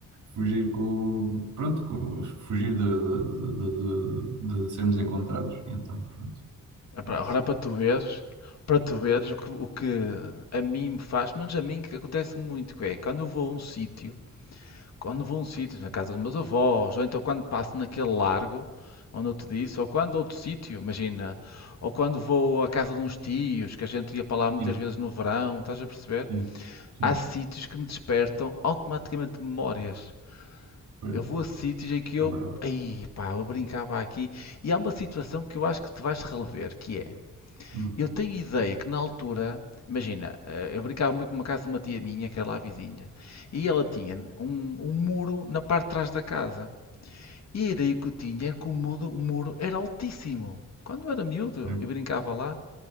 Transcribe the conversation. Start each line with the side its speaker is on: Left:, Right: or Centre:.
Right: fugir com, pronto, com, fugir de, de, de, de- de- de sermos encontrados. E então, pronto.
Left: É pá,
Right: é
Left: Agora é para tu veres, para tu veres o que, o que a mim me faz, mas a mim que acontece muito, que é quando eu vou a um sítio, quando vou a um sítio, na casa dos meus avós, ou então quando passo naquele largo, onde eu te disse, ou quando outro sítio, imagina, ou quando vou à casa de uns tios, que a gente ia para lá muitas
Right: assim.
Left: vezes no verão, estás a perceber?
Right: Sim, sim,
Left: Há sítios que me despertam automaticamente memórias.
Right: pois,
Left: Eu vou a sítios em que eu,
Right: é verdade.
Left: ei pá, eu brincava aqui, e há uma situação que eu acho que te vais relever, que é
Right: Hum,
Left: eu tenho ideia que na altura, imagina, eh, eu brincava muito numa casa de uma tia minha, que era lá vizinha, e ela tinha um, um muro na parte de trás da casa. E a ideia que eu tinha era que o muro, o muro era altíssimo. Quando eu era miúdo,
Right: sim,
Left: eu brincava lá,